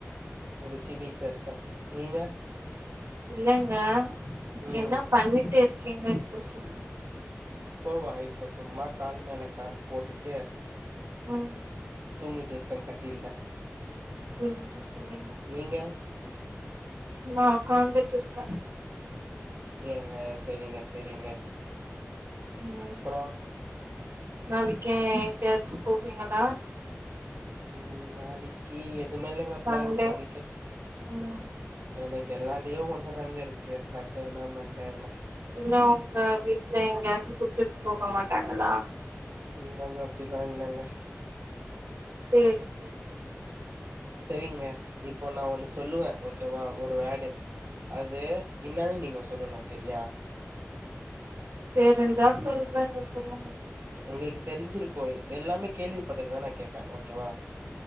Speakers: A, on the right (about 60°); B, on the right (about 80°).
A: முடிச்சு வீட்ல இருக்க நீங்க
B: இல்லங்க
A: ம்
B: என்ன பண்ணிட்டு இருக்கீங்க இப்ப சொன்னு
A: இப்பவா இப்போ சும்மா கால் மேல கால் போட்டுட்டு
B: ம்
A: தூங்கிட்டு இருக்க கட்டில்ல
B: சரிங்க சரிங்க
A: நீங்க
B: நா உக்காந்துட் இருக்க
A: அப்டியாங்க செ ரிங்க செ ரிங்க
B: ம்
A: அப்ற
B: நாளைக்கு எங்கயாச்சு போவீங்களாஸ்
A: ம் நாளைக்கு எதுமே இல்லங்க
B: சண்டே
A: பிளான் இப்போதைக்கு
B: ம்
A: எனக்கு எல்லாடேயு ஒண்ணுதாங்க இருக்கு சண்டே என்னா மண்டே என்னா
B: இல்ல உங்க வீட்ல எங்கயாச்சு கூப்ட்டு போக மாட்டாங்களா
A: இல்லங்க அப்படிலா இல்லங்க
B: சேரி சேரி
A: சரிங்க இப்போ நா ஒன்னு சொல்லுவே ஓகேவா ஒரு வேர்டு அது என்னன்னு நீங்க சொல்லணு சரியா
B: தெரிஞ்சா சொல்றேங்க சொல்லுங்க
A: உங்களுக்கு தெரிஞ்சிருக்கு எல்லாமே கேள்விப்பட்டதுதா நா கேப்பே ஓகேவா